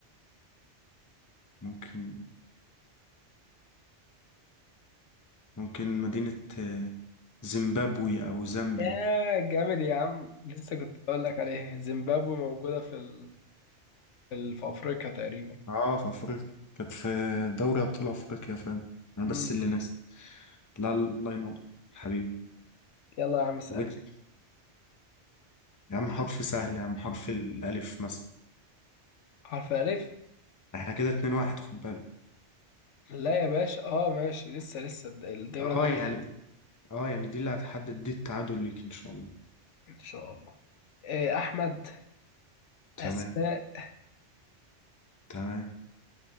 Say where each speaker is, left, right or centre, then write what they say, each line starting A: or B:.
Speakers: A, on the left; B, on the left.
A: ممكن ممكن مدينة آه، زيمبابوي أو زامبي
B: يا جامد يا عم لسه كنت بقول لك عليه زيمبابوي موجودة في ال... في ال- في افريقيا تقريبا
A: اه في أفريقيا كانت في دوري أبطال أفريقيا فاهم أنا بس
B: امم
A: اللي ناس لا الله ينور حبيبي
B: يلا يا عم اسألني
A: ويت. يا عم حرف سهل يا عم حرف الألف مثلا
B: حرف الألف
A: احنا كده اتنين واحد خد بالك
B: لا يا باشا اه ماشي لسه لسه الد- الدولة
A: اه
B: دي
A: يعني
B: بتاعتي
A: اه يعني دي اللي هتحدد دي التعادل ليك إن شاء الله
B: ان شاء الله إيه أحمد
A: تمام
B: أسماء
A: تمام